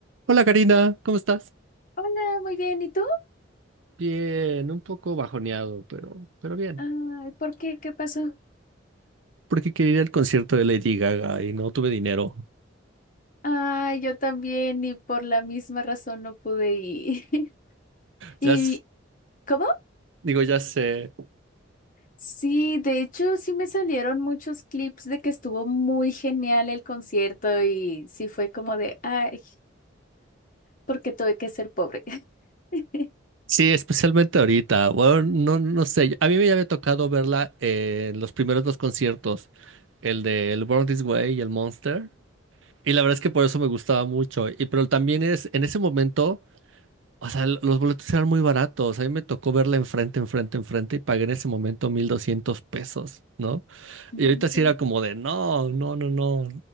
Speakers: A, on the right (about 80°); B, on the left (about 45°).
A: Hola Karina, ¿cómo estás?
B: Hola, muy bien. ¿Y tú?
A: Bien, un poco bajoneado, pero, pero bien.
B: Ay, ¿por qué? ¿Qué pasó?
A: Porque quería ir al concierto de Lady Gaga y no tuve dinero.
B: Ay, yo también y por la misma razón no pude ir. <laughs> ¿Y
A: Ya, s-
B: cómo?
A: digo, ya sé.
B: Sí, de hecho sí me salieron muchos clips de que estuvo muy genial el concierto y sí fue como de, ay, porque tuve que ser pobre. <laughs>
A: Sí, especialmente ahorita. Bueno, no, no sé. A mí me había tocado verla en los primeros dos conciertos, el de del Born This Way y el Monster. Y la verdad es que por eso me gustaba mucho. Y pero también es en ese momento. O sea, l- los boletos eran muy baratos. A mí me tocó verla enfrente, enfrente, enfrente y pagué en ese momento 1.200 pesos, ¿no?
B: Ujú.
A: Y ahorita sí era como de, no, no, no, no.